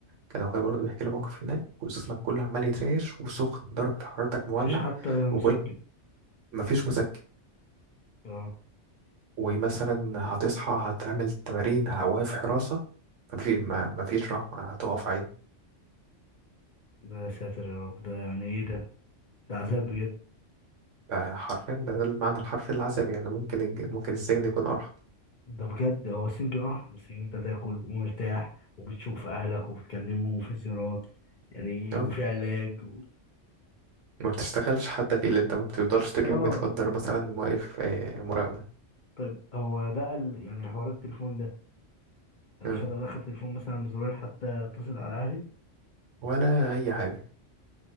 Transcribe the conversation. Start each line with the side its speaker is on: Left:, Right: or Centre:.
Right: كان اخويا برضه بيحكي لي موقف هناك جسمك كله عمال يترعش وسخن درجه حرارتك مولع
Left: مفيش حتى مسكن
Right: وكل مفيش مسكن
Left: اه
Right: ومثلا هتصحى هتعمل تمارين ه- واقف حراسة مفي ما مفيش رحمة هتقف عادي
Left: ده يا ساتر يا رب ده يعني ايه ده ده عذاب بجد
Right: فحرفيا ده, ده المعنى الحرفي للعذاب يعني ممكن الج- ممكن السجن يكون أرحم
Left: ده بجد هو سنجل اه بس انت تاكل ومرتاح وبتشوف اهلك وبتكلمهم وفي زيارات يعني
Right: اه
Left: وفي علاج و...
Right: ما بتشتغلش حتى في اللي انت ما بتفضلش طول
Left: اه
Right: اليوم متقدر مثلا واقف آه، مراقبة
Left: طيب هو بقى ال... يعني حوار التليفون ده انا
Right: اه
Left: مش هقدر ادخل تليفون مثلا بزرار حتى اتصل على اهلي
Right: ولا أي حاجة